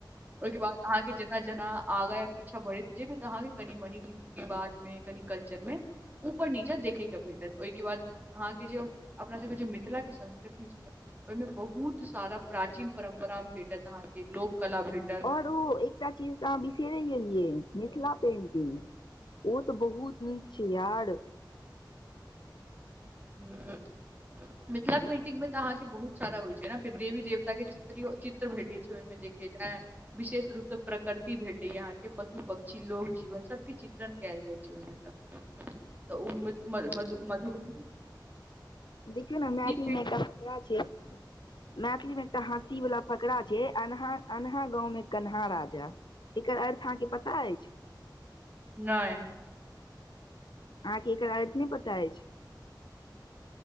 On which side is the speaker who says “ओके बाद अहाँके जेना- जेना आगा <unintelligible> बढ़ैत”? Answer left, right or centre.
Right